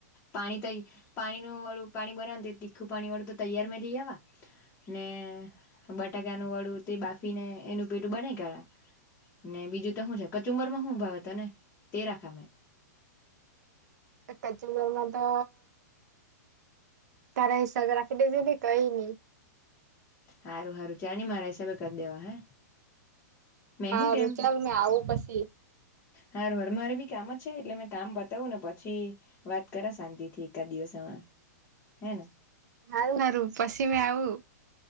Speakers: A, on the left (about 25°); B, on the right (about 70°).
A: પાણી તોઈ પાણી નુંળું પાણી બનાવ તીખું પાણી વાળું તો તૈયારમાં લઈ આવા ને બટાકાનું વળું બાફીને એનું પેટું બનાઈ કરવા ને બીજું તો શું છે કચુબર માં હું ભાવે તો ને તે રાખા મેં
B: કચુબર માં તો તારા હિસાબે રાખી દેજો નને કઈ નઈ
A: હારું હારું ચારણી મારા હિસાબે કરી દેવા હે મે
B: હારું
A: શું કેમ
B: ચાલ મેં આવું પછી
A: હ હર મારે ભી કામ જ છે એટલે મે કામ તું ને પછી વાત કર શાંતિ થી એકા દિવસમાં હે ને
B: હારું હારું પછી મે આવું